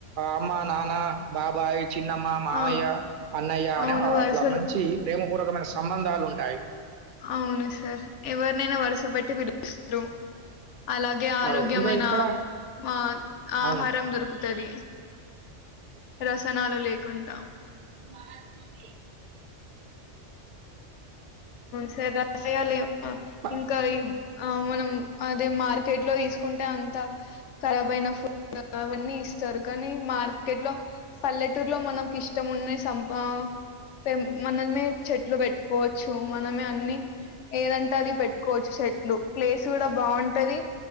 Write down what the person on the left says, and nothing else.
ఆ
అవును వరుసలు
అవును సార్ ఎవరినైనా వరుస పెట్టి పిలుపిస్తారు అలాగే ఆరోగ్యమైన
ఆ
ఆహారం దొరుకుతుంది తది రసనాలు లేక కుంటా
సర రాల
ఇంకా ఈ ఆ మనం అదే మార్కెట్ లో తీసుకుంటే అంత ఖరాబైన ఫుడ్ అవన్నీ ఇస్తారు కానీ మార్కెట్ లో పల్లెటూరులో మనంకిష్టం ఉన్నై సంప పెం మనమే చెట్లు పెట్టుకోవ చ్చు మనమే అన్ని ఏదంటే అది పెట్టుకోవచ్చు చెట్లు ప్లేస్ కూడా బాగుంటది